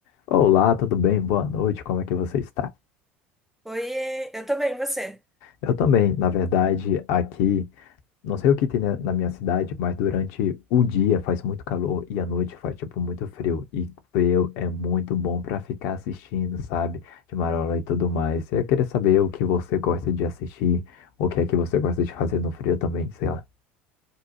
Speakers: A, on the left (about 55°); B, in the centre.
A: Olá, tudo bem? Boa noite, como é que você está?
B: Oi, eu tô bem, você?
A: Eu também, na verdade, aqui, não sei o que tem na na minha cidade, mas durante o dia faz muito calor e à noite faz, tipo, muito frio. E frio é muito bom para ficar assistindo, sabe? De marola e tudo mais. Eu queria saber o que você gosta de assistir, o que é que você gosta de fazer no frio também, sei lá.